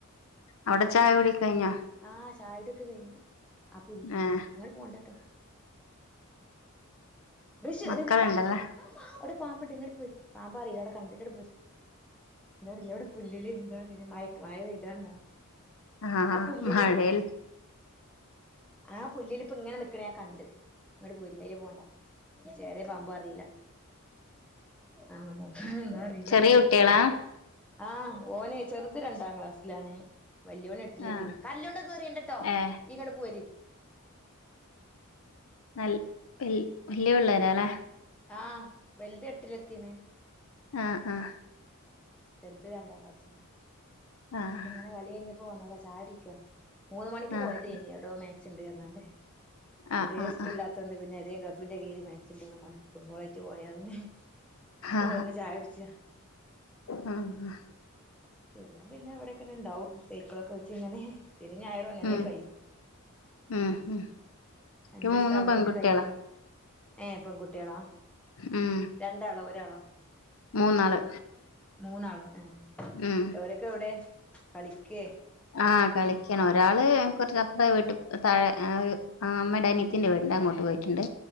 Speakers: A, on the left (about 70°); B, in the centre.
A: അവിടെ ചായ കുടിയൊക്കെ കഴിഞ്ഞോ
B: ആഹ് ചായകുടിയൊക്കെ കഴിഞ്ഞ് ആ പുല്ലില്
A: ഏഹ്
B: അങ്ങട് പോകണ്ടട്ടോ ഋഷു
A: മക്കളുണ്ടല്ലേ
B: ന്നിട്ട് ഡാ അവിടെ പാമ്പ്ണ്ട് ഇങ്ങട് പോര് പാമ്പാ അറിയില്ല അവിടെ കണ്ട് ഇങ്ങട്ട് പോര് വേറില്ലെവിടെ പുല്ലില് എന്താ പറയ മയക്ക്‌ മയ പെയ്താന്നോ
A: ആഹ്
B: ആ പുല്ലില്
A: മഴേൽ
B: ആ പുല്ലില് ഇപ്പ ഇങ്ങനെ നിക്കണ ഞാകണ്ട് ഇങ്ങട്ട് പോര് അയ്ലെ പോണ്ട ചേരെ പാമ്പോ അറിയില്ല ആഹ് എന്താ അറിയില്ല
A: ചെറിയ കുട്ടികളാ
B: ആഹ് ഓനെ ചെറുത് രണ്ടാം ക്ലാസിലാണെ വല്യവൻ എട്ട് ട്ടിലെത്തിന്
A: ആഹ്
B: കല്ലുണ്ടെന്നെറിയണ്ടട്ടോ
A: ഏഹ്
B: ഇങ്ങട്ട് പോര്
A: നൽ വൽ വല്യ പിള്ളേര അല്ലേ
B: ആഹ് വൽത് എട്ടില് എത്തിണ്
A: ആഹ് ആഹ്
B: ചെറുത് രണ്ടാം ക്‌ളാസിലും
A: ആഹ്
B: അപ്പ ഇങ്ങനെ കളി കഴിഞ്ഞപ്പോ വന്നതാ ചായകുടിക്ക മൂന്ന് മണിക്ക്
A: ആഹ്
B: പോയതേനി എവിടോ മാച്ച് ഇണ്ട് പറഞ്ഞണ്ട് ഇവിടെ
A: ആഹ് ആഹ് ആഹ്
B: സ്കൂളില്ലാത്തകൊണ്ട് പിന്നെ ഏതേ ക്ലബിന്റെ കീഴി മാച്ച്ണ്ട്ന്നും പറഞ് ഫുട്ബോളായിട്ട് പോയ പിന്നെ ഇപ്പൊ
A: ആഹ്
B: വന്ന് ചായ കുടിച്ച
A: ആഹ് ആഹ്
B: ചെറുത് പിന്നെ എവിടെക്കങ്ങനെ ഉണ്ടാവും സൈക്കിളൊക്കെ വെച്ച ഇങ്ങനെ, ശനിയും ഞായറും അങ്ങനെ
A: ഉം
B: കഴിയും
A: ഉം ഉം
B: രണ്ട്
A: ക്ക്
B: ദിവസത്തെ
A: മൂന്നും
B: അവധി
A: പെൺകുട്ടികളാ
B: ഒക്കെ കഴിഞ്ഞില്ലേ ഏഹ് പെൺകുട്ടികളാ
A: ഉം.
B: രണ്ടാളോ ഒരാളോ
A: മൂന്നാള്
B: മൂന്നാളോ ആഹ്
A: ഉം
B: ഓരൊക്കെ എവിടെ കളിക്കേ
A: ആഹ് കളിക്കണ്, ഒരാള് കുറച്ച് അപ്രെ വീട്ട് താഴെ ആഹ് അമ്മേടെ അനീത്തിന്റെ വീടുണ്ട് അങ്ങോട്ട് പോയിട്ടുണ്ട്